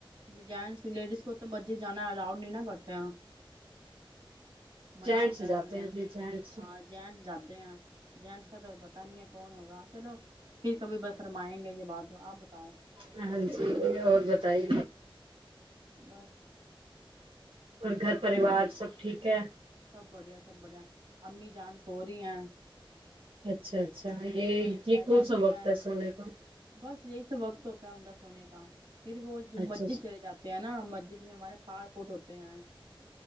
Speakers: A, on the right; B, on the right.
A: جینس لیڈیز کو تو مجے جانا ہے لؤڈ نہیں نہا کرتے منع
B: جینٹ
A: ہوتا
B: سے
A: ہے
B: جاتے
A: انہیں
B: ہیں جی جینٹ سے
A: ہاں جین جاتے ہیں جینس کا تو پتا نہیں ہے کون ہوگا چلو پھر کبھی بس فرمائیں گے یہ بات ہو آپ بتاؤ
B: ہاں جی اور بتائی
A: بس
B: اور گھر پریوار
A: کر
B: سب ٹھیک ہے
A: سب بڑھیا سب بڑیا امی جان سو رہی ہیں
B: اچھا اچھا
A: م
B: یہ یہ کون
A: جاتی
B: سا وقت
A: ہیں
B: ہے سونے کا
A: بس یہی تو وقت ہوتا ہے انگ سونے کا پھر وہ
B: اچھا
A: مسجد
B: اچھا
A: چلے جاتے ہیں نا مسجد پ ہمارے پاار پوٹ ہوتے ہیں